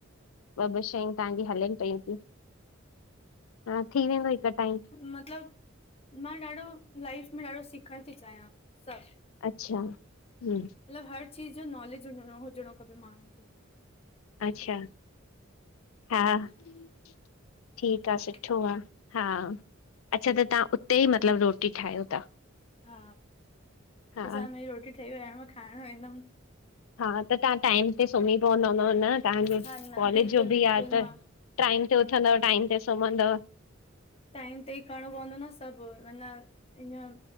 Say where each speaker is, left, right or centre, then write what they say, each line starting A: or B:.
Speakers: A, on the left; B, on the left.
A: ॿ ॿ शयूं तांजी। हलेन पयुं त्यूं। हा, थी वेंदो हिक टाइम।
B: मतलब मां ॾाढो लाइफ में ॾाढो सिखण थी चाहयां सब।
A: अच्छा हम्म
B: मतलबु हर चीज़ जो नॉलेज न हुजिणो खपे माण्हुनि खे। <unintelligible>
A: अच्छा हा ठीकु
B: ठीकु
A: आ
B: आहे
A: सुठो आ। हा अच्छा त तव्हां उते ई मतलबु रोटी ठाहियो था?
B: हा
A: हा
B: बस हांणे मुंहिंजी रोटी ठही वई हाणे मां खाइणु विहंदमि।
A: हा त तहां टाइम ते सुम्ही पवंदा हूंदव न? तव्हांजो
B: हा न
A: कॉलेज
B: बिल्कुलु
A: जो
B: बिल्कुलु
A: बि आ त
B: मां
A: ट्राइम
B: हम्म
A: ते उथंदव टाइम ते सुम्हंदव?
B: टाइम ते ई करणो पवंदो न सभु माना हिअं